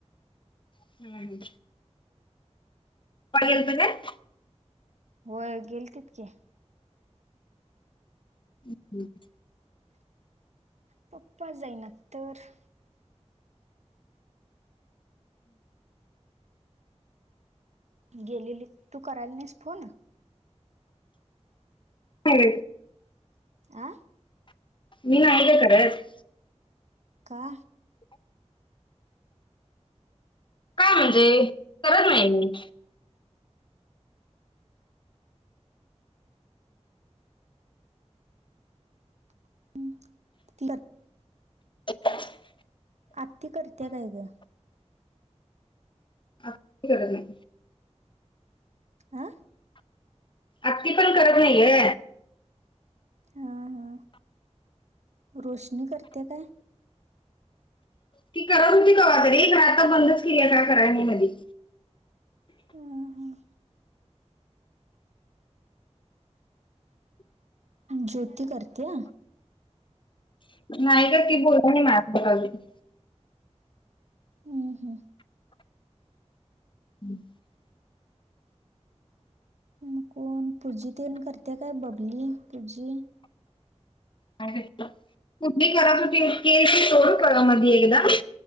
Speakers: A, on the left (about 45°); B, on the right (about 75°).
A: <unintelligible> पाहिजेलत काय?
B: होय गेलतीत की.
A: हम्म.
B: पप्पा जायना तर. गेलेलीत, तू करायला नाहीस फोन?
A: <unintelligible>
B: आ.
A: मी नाही ग करत.
B: का?
A: का म्हणजे करत नाही मी.
B: <unintelligible>
A: <inaudible>
B: आत्ती करत्या काय ग?
A: तिकड बाई
B: आ?
A: अगदी पण करत नाहीये.
B: हा हा, रोशनी करत्या काय?
A: ती करत होती कवातरी खर आता बंदच किल्या, कवा कराय नाय मधी.
B: अं हं. ज्योती करत्या?
A: नाही ग ती बोलली नाही माझ्यासंग अजून.
B: अं हं.
A: हम्म
B: मग कोण पुजी तेन करत्या काय? बबली, पुजी.
A: <unintelligible> कुठली करत होती, ती सोड <unintelligible> मध्ये एकदा.